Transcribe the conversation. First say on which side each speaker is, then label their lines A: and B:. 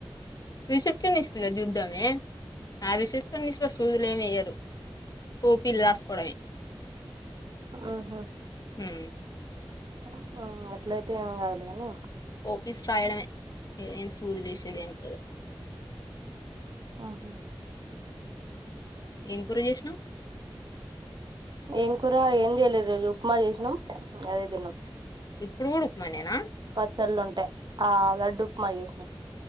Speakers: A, on the left; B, on the right.
A: రిసెప్షనిస్ట్ గా చూద్దామే ఆ రిస్ట్పిటి లు సూదులు ఏమేయ్యారు ఓపిలు రాసుకోడమే
B: ఆహా
A: ఉమ్
B: ఉమ్ అట్లయితే ఏం గాదులే గనీ
A: ఓపీస్ రాయడమే సూదిలు వేషేదే ముండదు
B: అహ
A: ఏంకుర చేసినవ్
B: ఏం కూర ఏం చేయలేదు రోజు ఉప్మా చేసినం అదే తిన్నాం
A: ఇప్పుడు కూడ ఉప్మా నేనా
B: పచ్చళ్ళు ఉంటై ఆ లడ్డు ఉప్మా చేసినా